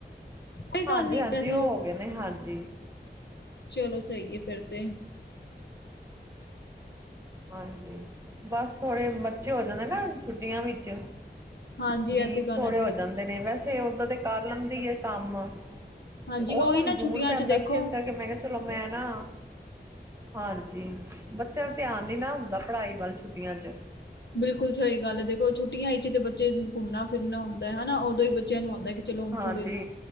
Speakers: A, on the left; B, on the right.
A: ਕੋਈ ਗੱਲ
B: ਹਾਂਜੀ,
A: ਨਹੀਂ
B: ਹਾਂਜੀ
A: ਵੈਸੇ
B: ਓ ਹੋਗਏ ਨੇ ਹਾਂਜੀ।
A: ਚਲੋ ਸਈਏ ਫੇਰ ਤੇ।
B: ਹਾਂਜੀ, ਬਸ ਥੋੜੇ ਬੱਚੇ ਹੋ ਜਾਂਦੇ ਨਾ ਛੁੱਟੀਆਂ ਵਿਚ
A: ਹਾਂਜੀ
B: ਵੀਕ
A: ਇਹ ਤੇ ਗੱਲ
B: ਥੋੜੇ
A: ਹੈ
B: ਹੋ ਜਾਂਦੇ ਨੇ ਵੈਸੇ ਓਦਾਂ ਤੇ ਕਰ ਲੈਂਦੀ ਏ ਕੰਮ।
A: ਹਾਂਜੀ
B: ਤੇ ਓ
A: ਉਹੀ
B: ਸਾਨੂ
A: ਨਾ ਛੁੱਟੀਆਂ
B: ਦੂਰ ਪੈਂਦਾ
A: 'ਚ ਦੇਖੋ
B: ਸੀ ਏਸ ਕਾਰਕੇ ਮੈਂ ਕੇਆ ਚਲੋ ਮੈਂ ਨਾ ਹਾਂਜੀ, ਬੱਚੇਆਂ ਦਾ ਧੇਆਨ ਨੀ ਨਾ ਹੁੰਦਾ ਪਢਾਈ ਵਲ ਛੁੱਟੀਆਂ ਚ
A: ਬਿਲਕੁਲ ਸਈ ਗਲ ਏ ਦੇਖੋ ਛੁੱਟੀਆਂ ਇਚ ਏਤੇ ਬੱਚੇ ਨੇ ਘੁੰਮਨਾ ਫਿਰਨਾ ਹੁੰਦੈ ਹਨਾ ਓਦੋਂ ਈ ਬੱਚੇਆਂ ਨੂ ਹੋਂਦਾ ਚਲੋ ਹੁਨ
B: ਹਾਂਜੀ
A: ਥੋੜੇ,